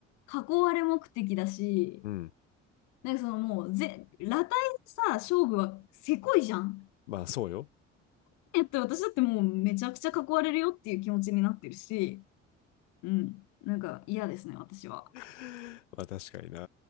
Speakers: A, on the left; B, on the left.
A: 囲われ目的だし、
B: うん。
A: なんかそのもうぜ、裸体さ、勝負はせこいじゃん。
B: <laughs> まあ、そうよ。
A: えっと、私だってもうめちゃくちゃ囲われるよっていう気持ちになってるし、うん、なんか嫌ですね、私は。
B: <laughs> まあ、確かにな。